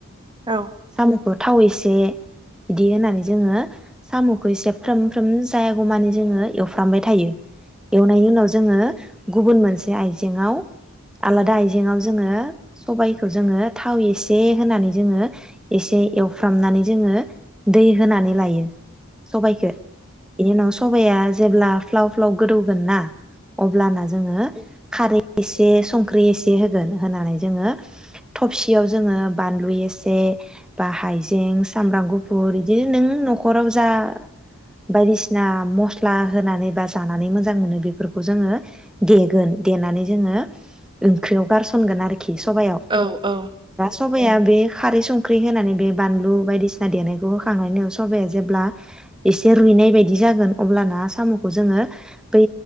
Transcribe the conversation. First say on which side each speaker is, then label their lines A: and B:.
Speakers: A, on the right (about 20°); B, in the centre.
A: औ।
B: साम'खौ थाव एसे बिदि होनानै जोङो साम'खौ एसे फ्रोम फ्रोम जायागौमानि जोङो एवफ्रामबाय थायो। एवनायनि उनाव जोङो गुबुन मोनसे आइजेंआव आलादा आइज जेङाव जोङो सबबायखौ जोङो थाव एसे होनानै जोङो एसे एवफ्रामनानै जोङो दै होनानै लायो। सबायख बेनि उनाव सबाया जेब्ला फ्लाव फ्लाव गोदौगोन ना अब्लाना जोङो खारै एसे संख्रि एसे ए होगोन होनानै जोङो थबसियाव जोङो बानलु एसे बा हाइजें सामब्राम गुफुर बिदिनो नों न'खराव जा बायदिसिना मस्ला होनानै बा जानानै मोजां मोनो बेफोरखौ जोङो देगोन देनानै जोङो ओंख्रियाव गसनगोन आरोखि सबायाव
A: औ औ
B: सबाया बे खारै संख्रि होनानै बे बानलु बायदिसिना देनायखौ होखांनायनि उनाव सबाया जेब्ला एसे रुइनाय बायदि जागोन अब्लाना साम'खौ जोङो बै